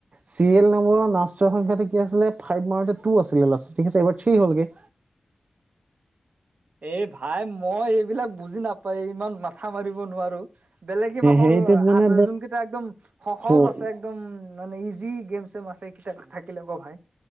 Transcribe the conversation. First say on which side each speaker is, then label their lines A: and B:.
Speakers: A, on the right; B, on the right.
A: চিৰিয়েল নম্বৰৰ লাষ্টৰ সংখ্যাটো কি আছিলে, ফাইভ মাৰোতে টু আছিলে লাষ্টত ঠিক আছে, এইবাৰ থ্ৰী হ'লগে।
B: এই ভাই মই এইবিলাক বুজি নাপাই ইমান মাথা মাথা মাৰিব নোৱাৰো, বেলেগ কিবা সহ
A: সেইটোত মানে
B: আছে যোন কিটা একদম সহজ
A: ধৰ
B: আছে একদম ন নাই, ইজি গেমছেম আছ সেইকেইটা থাকিলে ক ভাই,